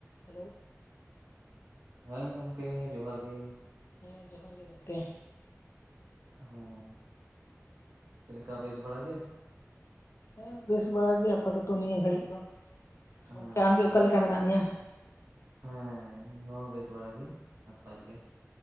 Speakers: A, on the left; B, on the right.
A: Hello
B: ᱦᱮᱸ ᱜᱚᱢᱠᱮ ᱡᱚᱦᱟᱨ ᱜᱮ᱾
A: ᱦᱮᱸ ᱡᱚᱦᱟᱨ ᱜᱮ ᱜᱚᱢᱠᱮ
B: ᱦᱚ ᱪᱚᱞᱮᱠᱟ ᱵᱮᱥ ᱵᱟᱲᱟ ᱜᱮ
A: ᱦᱮᱸ ᱵᱮᱥ ᱵᱟᱲᱟ ᱜᱮ ᱟᱯᱟᱛᱚᱛᱚ ᱱᱤᱭᱟᱹ ᱜᱷᱟᱹᱲᱤᱡ ᱫᱚ
B: ᱦᱮᱸ
A: ᱜᱚᱢᱠᱮ ᱟᱢ ᱜᱮ ᱚᱠᱟ ᱞᱮᱠᱟ ᱢᱮᱱᱟᱜ ᱢᱮᱭᱟ᱾
B: ᱦᱮᱸ ᱤᱧ ᱦᱚᱸ ᱵᱮᱥ ᱵᱟᱲᱟ ᱜᱮ ᱱᱟᱯᱟᱭ ᱜᱮ